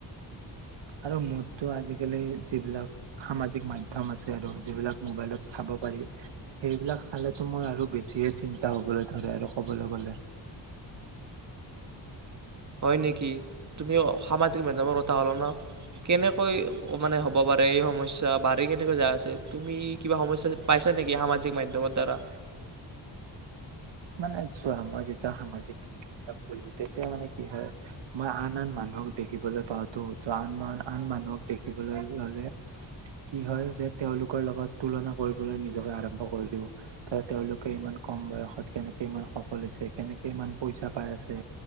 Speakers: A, on the right (about 75°); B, on the right (about 40°).
A: আৰু মোৰতো আজিকালি যিবিলাক সামাজিক মাধ্যম আছে আৰু যিবিলাক মোবাইলত চাব পাৰি সেইবিলাক চালো মোৰ আৰু বেছিহে চিন্তা হবলৈ ধৰে আৰু কবলৈ গলে
B: হয় নেকি তুমি সামাজিক মাধ্যমৰ কথা হ'লা ন কেনেকৈ মানে হ'ব পাৰে এই সমস্যা বাঢ়ি কেনেকৈ যায় আছে তুমি কিবা সমস্যা পাইছা নেকি সামাজিক মাধ্যমৰ দ্বাৰা
A: মানে চোৱা মই যেতিয়া সামাজিক মাধ্যমত কলো তেতিয়া মানে কি হয় মই আন আন মানুহক দেখিবলৈ পাওঁতো ত আন আন মানুহক দেখিবলৈ ললে কি হয় যে তেওঁলোকৰ লগত তুলনা কৰিবলৈ নিজকে আৰম্ভ কৰি দিও ত তেওঁলোকে ইমান কম বয়সত। কেনেকে ইমান সফল হৈছে কেনেকে ইমান পইচা পাই আছে